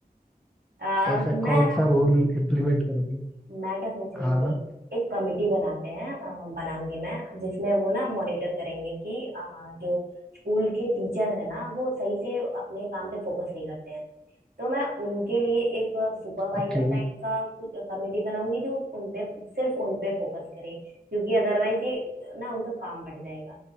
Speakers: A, on the right; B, in the centre.
A: अ,
B: ऐसा
A: मैं
B: कौन
A: ना
B: सा रूल इम्प्लीमेंट करोगी
A: मैं क्या सोच रही
B: हाँ
A: थी एक कमेटी बनाते हैं अ, बनाऊंगी मैं जिसमें वो ना मॉनिटर करेंगे कि अ, जो स्कूल के टीचर है ना वो सही से अपने काम पे फोकस नहीं करते हैं तो मैं उनके लिए एक सुपरवाइजर
B: ओके
A: टाइप का कुछ कमेटी बनाऊंगी जो उन पे सिर्फ उन पे फोकस करे क्योंकि अदरवाइज ये ना उनका काम बढ़ जाएगा